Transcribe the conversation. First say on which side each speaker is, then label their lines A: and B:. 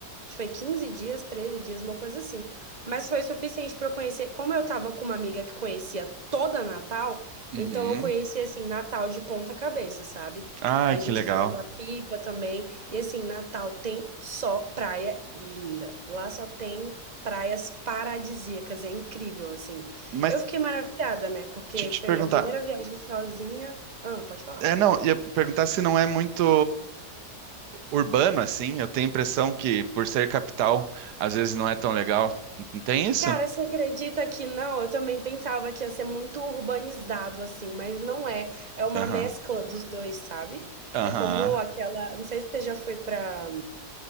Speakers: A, on the right (about 30°); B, on the right (about 80°).
A: Acho que foi 15 dias, 13 dias, uma coisa assim. Mas foi suficiente para eu conhecer. Como eu tava com uma amiga que conhecia toda Natal,
B: Uhum.
A: então eu conheci, assim, Natal de ponta cabeça, sabe?
B: Ai,
A: A
B: que
A: gente
B: legal.
A: foi pra Pipa também. E, assim, Natal tem só praia linda. Lá só tem praias paradisíacas. É incrível, assim.
B: Mas
A: Eu fiquei maravilhada, né? Porque
B: deixa eu
A: foi
B: te perguntar,
A: minha primeira viagem sozinha. Ah, pode falar.
B: É, não, ia perguntar se não é muito urbano assim. Eu tenho a impressão que, por ser capital, às vezes não é tão legal. Não tem isso?
A: Cara, você acredita que não? Eu também pensava que ia ser muito urbanizado, assim, mas não é. É uma
B: Aham,
A: mescla dos dois, sabe?
B: aham.
A: É como aquela. Não sei se você já foi pra